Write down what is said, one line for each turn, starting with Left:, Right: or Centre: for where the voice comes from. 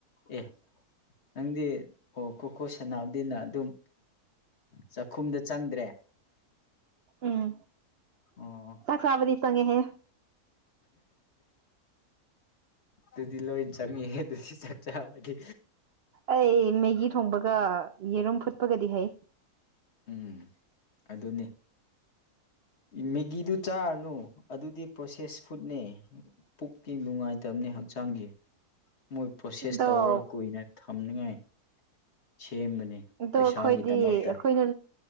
Left: ꯑꯦ ꯅꯪꯗꯤ ꯑꯣ ꯈꯨꯣꯈꯣ ꯁꯅꯕꯗꯤꯅ ꯑꯗꯨꯝ ꯆꯥꯛꯈꯨꯝꯗ ꯆꯪꯗ꯭ꯔꯦ
Right: ꯎꯝ
Left: ꯑꯣ
Right: ꯆꯁꯕꯗꯤ ꯆꯉꯦꯍꯦ
Left: ꯑꯗꯨꯗꯤ ꯂꯣꯏ ꯆꯪꯉꯍꯦ ꯑꯗꯨꯗꯤ ꯆꯥꯛ ꯆꯥꯕꯒꯤ
Right: ꯑꯩ ꯃꯦꯒꯤ ꯊꯣꯡꯕꯒ ꯌꯦꯔꯨꯝ ꯐꯨꯠꯄꯒꯗꯤ ꯍꯩ
Left: ꯎꯝ ꯑꯗꯨꯅꯤ ꯃꯦꯒꯤꯗꯨ ꯆꯥꯔꯅꯨ ꯑꯗꯨꯗꯤ ꯄ꯭ꯔꯣꯁꯦꯁ ꯐꯨꯗꯅꯦ ꯄꯨꯛꯀꯤ ꯅꯨꯡꯉꯥꯏꯇꯕꯅꯤ ꯍꯛꯆꯥꯡꯒꯤ ꯃꯣꯏ ꯄ꯭ꯔꯣꯁꯦꯁ
Right: ꯑꯗꯣ
Left: ꯇꯧꯔ ꯀꯨꯏꯅ ꯊꯝꯅꯤꯉꯥꯏ ꯁꯦꯝꯕꯅꯤ
Right: ꯑꯗꯣ
Left: ꯄꯩꯁꯥꯒꯤꯗꯃꯛꯇ
Right: ꯑꯩꯈꯣꯏꯗꯤ ꯑꯩꯈꯣꯏꯅ